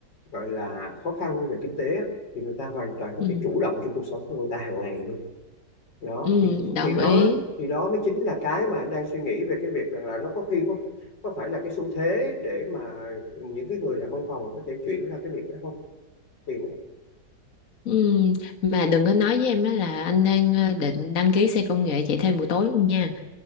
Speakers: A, on the left; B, on the left.
A: gọi là khó khăn về kinh tế á, thì người ta hoàn toàn có
B: ừ,
A: thể chủ động cho cuộc sống của người ta hàng ngày luôn đó
B: ừ,
A: thì
B: đồng
A: thì đó
B: ý
A: thì đó mới chính là cái mà anh đang suy nghĩ về cái việc rằng là nó có khi có có phải là cái xu thế để mà những cái người làm văn phòng có thể chuyển ra cái việc đó không thì nó
B: ừ, mà đừng có nói với em á là anh đang ờ, định đăng ký xe công nghệ chạy thêm buổi tối nha